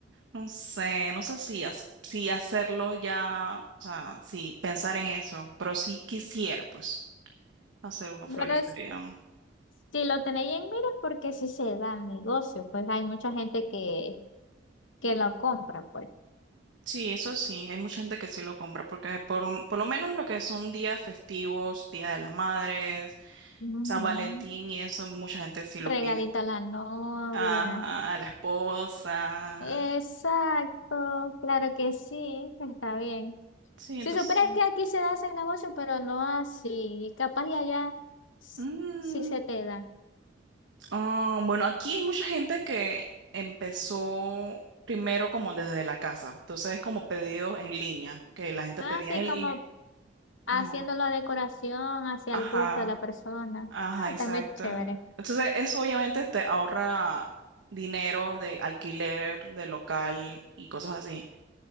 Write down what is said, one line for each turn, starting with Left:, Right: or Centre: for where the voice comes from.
Right: No sé, no sé si, as- si hacerlo ya, o sea, si pensar en eso, pero sí quisiera, pues, hacer una
Left: Bueno,
Right: floristería.
Left: Si lo tenéis en mira, porque si se da el negocio, pues hay mucha gente que, que lo compra, pues.
Right: Sí, eso sí, hay mucha gente que sí lo compra, porque por, lo- por lo menos lo que son días festivos, Día de las Madres,
Left: Ujú.
Right: San Valentín y eso, mucha gente sí lo
Left: Regalito
Right: pide.
Left: a la novia.
Right: Ajá, a la esposa.
Left: Exacto, claro que sí, está bien.
Right: Sí,
Left: Si
Right: entonces.
Left: supieras que aquí se da ese negocio, pero no así. Capaz y allá s-
Right: mm,
Left: sí se te da.
Right: ah, bueno, aquí hay mucha gente que empezó primero como desde la casa. Entonces es como pedidos en línea, que la gente
Left: Así
Right: pedía en
Left: como
Right: línea. Ajá,
Left: haciendo la decoración hacia
Right: ajá,
Left: el gusto de la persona.
Right: ajá,
Left: Ah,
Right: exacto.
Left: también chévere.
Right: Entonces eso obviamente te ahorra dinero de alquiler, de local y cosas así.